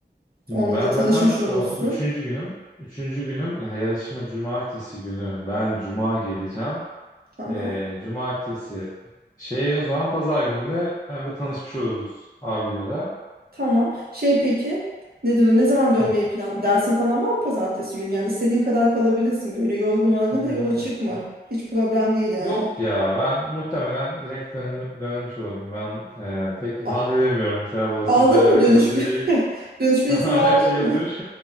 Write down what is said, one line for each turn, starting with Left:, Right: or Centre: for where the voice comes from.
Left: Hmm,
Right: Onunla
Left: ben
Right: da tanışmış
Left: zaten
Right: olursun.
Left: o üçüncü günüm. Üçüncü günüm ya yarışma cumartesi günü. Ben cuma geleceğim.
Right: Tamam.
Left: Ee, cumartesi. Şey o zaman pazar gününe hem de tanışmış oluruz abilere.
Right: Tamam. Şey peki ne diyor? Ne zaman dönmeyi
Left: Hı.
Right: plan dersin falan var mı pazartesi günü? Yani istediğin kadar kalabilirsin. Böyle yorgun argın
Left: Ee,
Right: da yola çıkma. Hiç problem değil yani.
Left: yok ya ben muhtemelen direkt dön dönmüş olurum. Ben e, pek rahat
Right: A-
Left: edemiyorum Serap Baba.
Right: aldın
Left: Sizle alakalı
Right: mı dönüş
Left: bir şey
Right: bi-
Left: değil.
Right: <laughs> dönüş
Left: <laughs>
Right: biletini
Left: Her
Right: aldın
Left: şey hazır.
Right: mı?